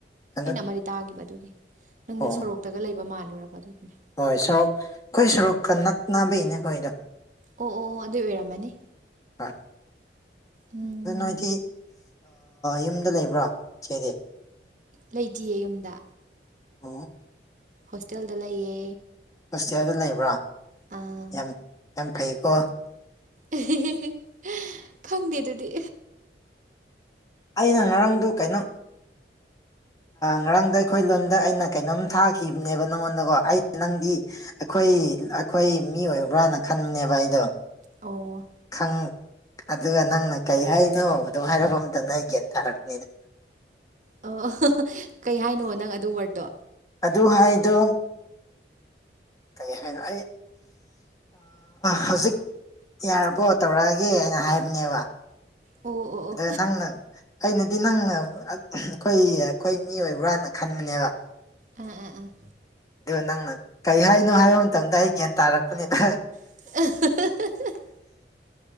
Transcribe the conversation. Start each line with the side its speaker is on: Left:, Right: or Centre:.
Left: ꯑꯗꯣ
Right: ꯑꯩꯅ ꯑꯃꯗꯤ ꯇꯥꯈꯤꯕ ꯑꯗꯨꯒꯤ ꯅꯪꯁꯦ
Left: ꯑꯣ
Right: ꯁꯣꯔꯣꯛꯇꯒ ꯂꯩꯕ ꯃꯥꯜꯂꯨꯔꯕ ꯑꯗꯨꯒꯤꯅꯦ
Left: ꯍꯣꯏ ꯁꯔꯣꯛ ꯑꯩꯈꯣꯏ ꯁꯔꯣꯛꯀ ꯅꯛꯅꯕꯒꯤꯅꯦꯈꯣꯏꯗꯣ
Right: ꯑꯣ ꯑꯣ ꯑꯗꯨꯏ ꯑꯣꯏꯔꯝꯃꯅꯤ
Left: ꯍꯣꯏ
Right: ꯎꯝ
Left: ꯑꯗꯨꯅ ꯍꯥꯏꯗꯤ ꯌꯨꯝꯗ ꯂꯩꯕ꯭ꯔꯥ ꯁꯤꯗꯤ
Right: ꯂꯩꯇꯌꯦ ꯌꯨꯝꯗ
Left: ꯎꯝ
Right: ꯍꯣꯁꯇꯦꯜꯗ ꯂꯩꯌꯦ
Left: ꯍꯣꯁꯇꯦꯜꯗ ꯂꯩꯕ꯭ꯔꯣ
Right: ꯑꯥ
Left: ꯌꯥꯝ ꯌꯥꯝ ꯐꯩꯀꯣ
Right: ꯑꯦꯍꯍ ꯈꯪꯗꯦ ꯑꯗꯨꯗꯤ
Left: ꯑꯩꯅ ꯉꯔꯥꯡꯗ ꯀꯩꯅꯣ ꯉꯔꯥꯡꯗ ꯑꯩꯈꯣꯏ ꯂꯣꯟꯗ ꯑꯩꯅ ꯀꯩꯅꯣꯝ ꯊꯥꯈꯤꯕꯅꯦꯕ ꯅꯪꯉꯣꯟꯗꯀꯣ ꯑꯩ ꯅꯪꯗꯤ ꯑꯩꯈꯣꯏ ꯑꯩꯈꯣꯏ ꯃꯤ ꯑꯣꯏꯕ꯭ꯔꯥꯅ ꯈꯟꯕꯅꯦꯕ ꯑꯩꯗꯣ
Right: ꯑꯣ
Left: ꯈꯪ ꯑꯗꯨꯒ ꯅꯪꯅ ꯀꯔꯤ ꯍꯥꯏꯅꯣ ꯑꯗꯨꯣ ꯍꯥꯏꯔꯛꯄ ꯅ ꯑꯩꯒꯦꯇ ꯍꯥꯅꯤꯗ
Right: ꯑ ꯀꯩ ꯍꯥꯏꯅꯣ ꯅꯪ ꯑꯗꯨ ꯋꯥꯔꯗꯠꯇꯣ
Left: ꯑꯗꯨ ꯍꯥꯏꯗꯣ ꯀꯔꯤ ꯍꯥꯏꯅ ꯑꯩ ꯍꯧꯖꯤꯛ ꯌꯥꯔꯕꯣ ꯇꯧꯔꯛꯑꯒꯦ ꯑꯅ ꯍꯥꯏꯕꯅꯦꯕ
Right: ꯑꯣ ꯑꯣ ꯑꯣ
Left: ꯑꯗ ꯅꯪꯅ ꯑꯩꯅꯗꯤ ꯅꯪꯅ ꯑꯩꯈꯣꯏ ꯑꯩꯈꯣꯏ ꯃꯤ ꯑꯣꯏꯕ꯭ꯔꯥꯅ ꯈꯟꯕꯅꯦꯕ
Right: ꯎꯝ ꯎꯝ ꯎꯝ
Left: ꯑꯗꯨ ꯅꯪꯅ ꯀꯔꯤ ꯍꯥꯏꯅꯣ ꯍꯥꯏꯕ ꯃꯇꯝꯗ ꯑꯩ ꯒ꯭ꯌꯥꯟ ꯇꯥꯔꯛꯄꯅꯤꯗ
Right: <unintelligible>